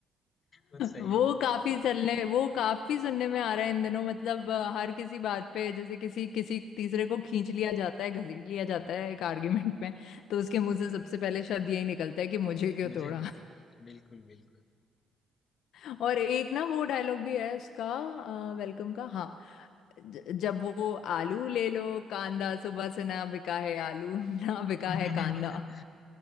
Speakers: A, on the left; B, on the left.
A: वो सही
B: वो
A: में
B: काफी चलने वो काफी सुनने में आ रहा है इन दिनों मतलब अ, हर किसी बात पे जैसे किसी किसी तीसरे को खींच लिया जाता है घसीट लिया जाता है एक आर्ग्यूमेंट में तो उसके मुंह से सबसे पहले शब्द यही निकलता है कि मुझे क्यों
A: मुझे
B: तोड़ा
A: क्यों छोड़ बिल्कुल बिल्कुल
B: <laughs> और एक ना वो डायलॉग भी है उसका वेलकम का हाँ ज- जब वो आलू ले लो कांदा सुबह से ना बिका है आलू ना बिका
A: <laughs>
B: है कांदा